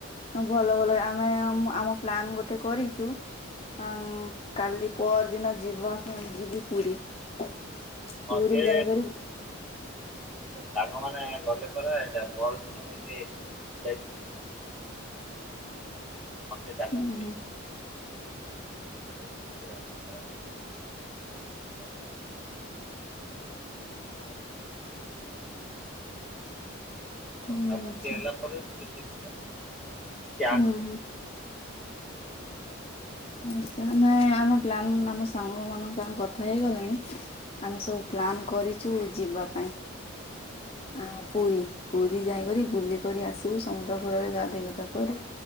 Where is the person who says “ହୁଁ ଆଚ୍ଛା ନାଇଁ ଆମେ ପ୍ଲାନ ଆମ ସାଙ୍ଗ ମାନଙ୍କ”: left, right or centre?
Left